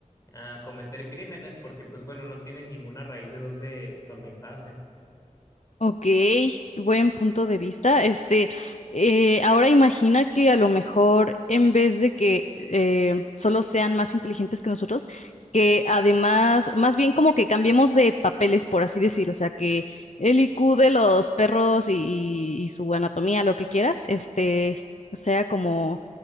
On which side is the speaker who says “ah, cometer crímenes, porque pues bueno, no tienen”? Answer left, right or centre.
Left